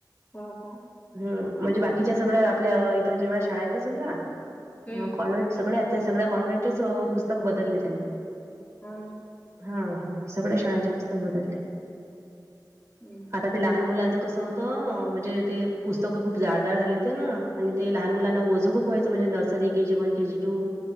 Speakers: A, on the left (about 20°); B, on the right (about 45°).
A: हो का,
B: ह म्हणजे बाकीच्या सगळ्या आपल्या इथ जेवढ्या शाळा आहेत ना समजा
A: हम्म
B: कॉलेज सगळ्या त्या सगळ्या कॉन्व्हेंटचे पुस्तक बदलले त्यांनी
A: हो ना.
B: हा हा सगळ्या शाळांचे पुस्तक बदलले.
A: हम्म
B: आता ते लहान मुलांच कसं होत त म्हणजे ते पुस्तकं खूप जाड जााड झाले होते ना आणि ते लहान मुलांना ओझं खूप व्हायचं म्हणजे nursery K G one K G two.